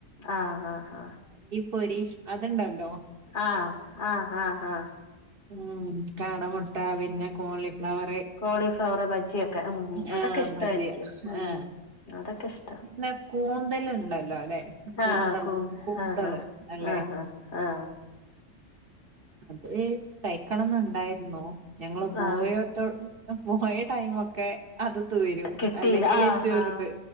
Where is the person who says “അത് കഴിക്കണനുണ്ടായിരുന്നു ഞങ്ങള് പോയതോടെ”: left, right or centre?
Right